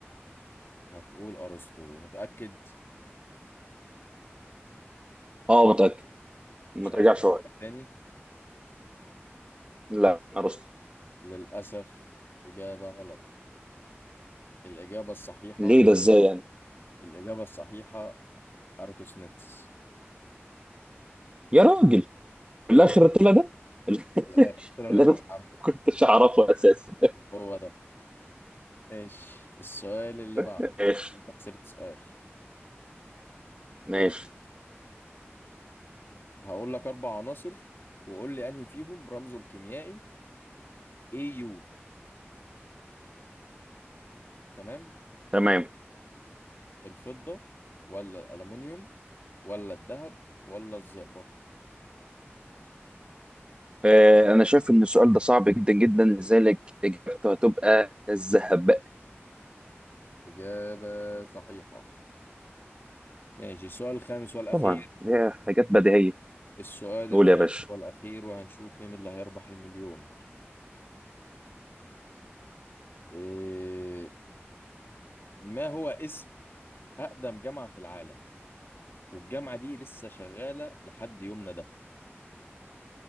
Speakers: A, on the left; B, on the right.
A: هتقول ارسطو متأكد
B: اه متاكد
A: مش
B: ما ترجعش
A: عايز
B: شويه
A: تفكر تاني
B: لا ارسطو
A: للاسف اجابة غلط الاجابة الصحيحة
B: ليه ده ازاي يعني
A: الاجابة الصحيحة اراتوسنيتس
B: يا راجل في الاخر
A: لل-
B: طلع ده <laughs>
A: للاخر طلع اللي
B: اللي
A: انت
B: انا
A: مش عارفه
B: ما كنتش اعرفه اساسا
A: هو ده ماشي السؤال اللي بعده
B: ماشي
A: انت خسرت سؤال
B: ماشي
A: آه، هقول لك اربع عناصر وقول لي انهي فيهم رمزه الكيميائي AU تمام
B: تمام
A: الفضة ولا الألمنيوم ولا الذهب ولا الزئبق
B: آه انا شايف ان السؤال ده صعب جدا جدا لذلك اجابته هتبقى الذهب
A: إجابة صحيحة ماشي السؤال الخامس والأخير
B: طبعا دي حاجات بديهيه
A: السؤال
B: قول
A: الخامس
B: يا باشا
A: والأخير وهنشوف مين اللي هيربح المليون إيه ما هو اسم أقدم جامعة في العالم والجامعة دي لسه شغالة لحد يومنا ده